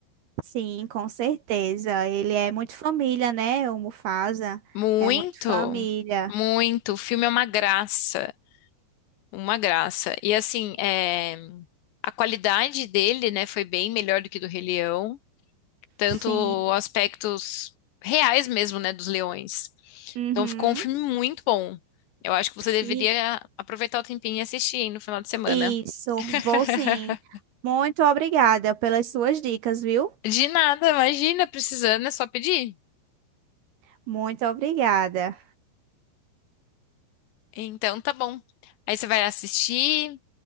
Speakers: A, on the right (about 65°); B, on the left (about 75°).
A: Sim, com certeza. Ele é muito família, né? O Mufasa
B: Muito,
A: é muito família.
B: muito. O filme é uma graça. Uma graça. E assim, é... A qualidade dele, né, foi bem melhor do que do Rei Leão. tanto
A: Sim.
B: aspectos reais mesmo, né, dos leões.
A: Uhum.
B: Então ficou um filme muito bom. Eu acho que você deveria
A: E
B: aproveitar o tempinho e assistir hein, no final de semana.
A: isso,
B: <laughs>
A: vou sim. Muito obrigada pelas suas dicas, viu?
B: De nada, imagina, precisando, é só pedir.
A: Muito obrigada.
B: Então tá bom. Aí você vai assistir.